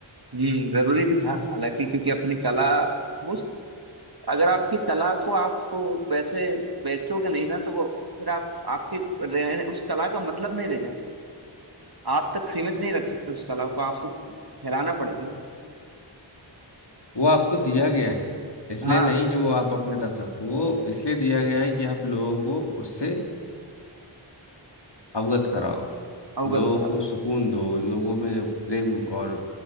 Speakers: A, on the right; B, on the left.
A: हम्म जरूरी भी था हालांकि क्योंकि अपनी कला वो अगर आपकी कला को आप वैसे बेचोगे नहीं ना तो वो फिर आप आपके रहने उस कला का मतलब नहीं रह जाएगा आप तक सीमित नहीं रख सकते उस कला को आपको फैलाना पड़ेगी ना
B: वो आपको दिया गया है इसलिए
A: हाँ
B: नहीं कि वो आप अपने तक रखो वो इसलिए दिया गया है कि आप लोगों को उससे अवगत कराओ
A: अवगत
B: लोगों
A: करा
B: को सुकून दो लोगों में प्रेम और